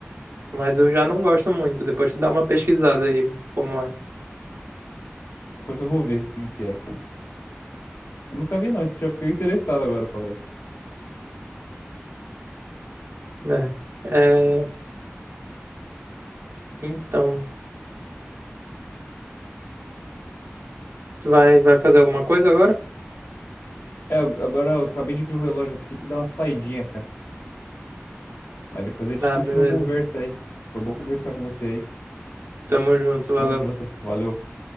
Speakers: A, on the right; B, on the left.
A: Mas eu já não gosto muito. Depois tu dá uma pesquisada aí como é,
B: Depois eu vou ver como que é aqui. Eu nunca vi, não, então já fiquei interessado agora pra ver.
A: né? É, então, tu vai, vai fazer alguma coisa agora?
B: É, agora eu acabei de ver o relógio aqui, tem que dar uma saidinha, cara. Mas depois a gente
A: Ah,
B: continua
A: beleza.
B: a conversa aí. Foi bom conversar com você aí.
A: Tamo junto, valeu.
B: Tamo junto. Valeu.